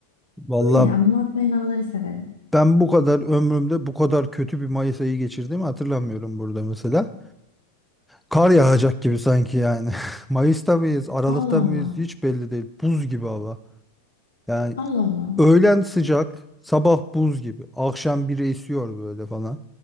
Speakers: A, in the centre; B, on the left.
A: Vallahi
B: Öyle ya bunaltmayan havaları severim.
A: ben bu kadar ömrümde bu kadar kötü bir Mayıs ayı geçirdiğimi hatırlamıyorum burada mesela. Kar yağacak gibi sanki yani. <laughs> Mayıs'ta mıyız, Aralık'ta
B: Allah
A: mıyız
B: Allah.
A: hiç belli değil. Buz gibi hava. Yani
B: Allah Allah.
A: öğlen sıcak, sabah buz gibi. Akşam biri esiyor böyle falan.